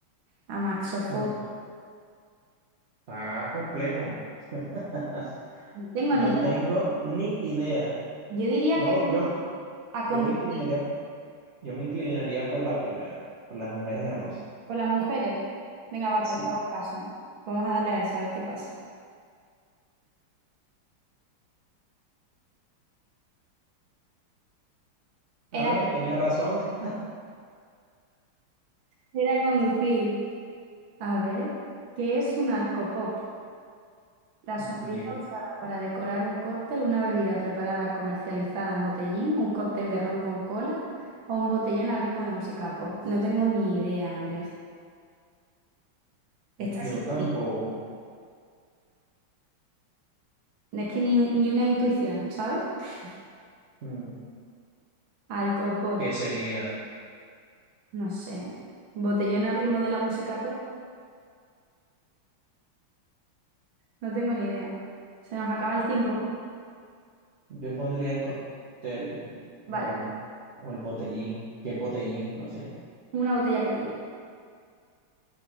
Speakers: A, on the right; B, on the right.
A: Amaxofobia.
B: mm, está complejo. <laughs>
A: No tengo
B: No
A: ni idea.
B: tengo ni idea.
A: Yo diría
B: Yo,
A: que es miedo
B: yo,
A: a
B: yo
A: conducir.
B: me inclinaría, yo me inclinaría por la primera, por las mujeres hermosas.
A: Con las mujeres. Venga, va,
B: Sí.
A: pues te hago caso. Vamos a darle a esa, a ver qué pasa.
B: A
A: Era,
B: ver, tenía razón. <laughs>
A: era conducir. A ver, ¿qué es un alcopop? La
B: Ok,
A: sombrilla usada para decorar un cóctel, una bebida preparada, comercializada en botellín, un cóctel de ron con cola o un botellón a ritmo de música pop. No tengo ni idea, Andrés. Esta
B: yo
A: sí
B: tampoco.
A: que- Es que ni, ni una intuición, ¿sabes? <laughs>
B: Mm,
A: Alcopop,
B: ¿Qué sería?
A: no sé. Botellón al ritmo de la música pop, no tengo ni idea. Se nos acaba el tiempo.
B: Yo pondría el cóctel, no,
A: Vale.
B: o el botellín, que es botellín, no sé.
A: Una botella pequeña.